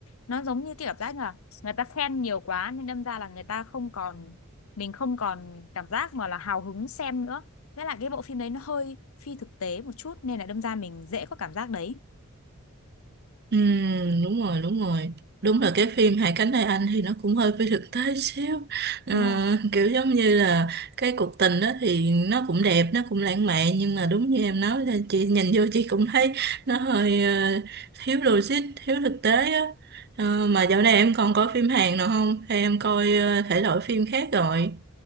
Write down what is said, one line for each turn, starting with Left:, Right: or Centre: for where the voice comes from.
Left: nó giống như cái cảm giác là người ta khen nhiều quá nên đâm ra là người ta không còn mình không còn cảm giác mà là hào hứng xem nữa với lại cái bộ phim đấy nó hơi phi thực tế một chút nên là đâm ra mình dễ có cảm giác đấy
Right: Ừ, đúng rồi đúng rồi đúng là cái phim Hai cánh tay anh thì nó cũng hơi phi thực tế xíu Ờ,
Left: Đúng rồi.
Right: kiểu giống như là cái cuộc tình đó thì nó cũng đẹp nó cũng lãng mạn nhưng mà đúng như em nói là chị nhìn vô chị cũng thấy nó hơi ờ, thiếu logic thiếu thực tế á Ờ, mà dạo này em còn coi phim Hàn nào không hay em coi ờ, thể loại phim khác rồi